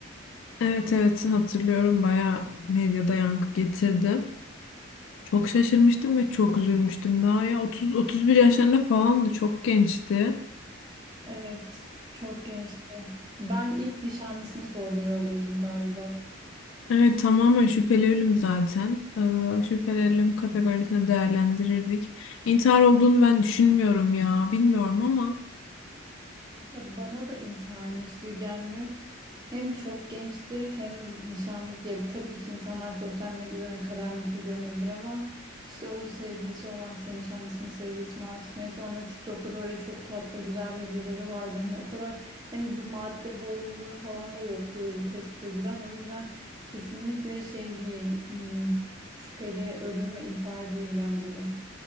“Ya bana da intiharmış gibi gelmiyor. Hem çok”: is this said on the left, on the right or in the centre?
Right